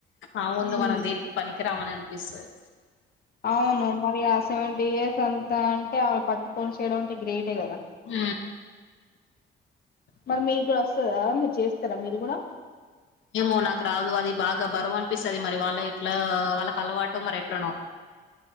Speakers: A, on the left; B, on the left.
A: ఆ ముందు
B: ఉమ్,
A: మనం దేరినికి పనికిరామని అనిపిస్తది
B: అవును మరి ఆ సెవెంటీ ఇయర్స్ అంతా అంటే పట్టుకోని చేయడం అంటే గ్రేటే కదా
A: అ
B: మరి మీకు కూడా వస్తందా మీరు చేస్తారా మీరు కూడా
A: ఏమో నాకు రాదు అది బాగా బరువు అనిపిస్తుది మరి వాళ్ళ ఎట్లా వాళ్ళకి అలవాటుో మరి ఎట్లనో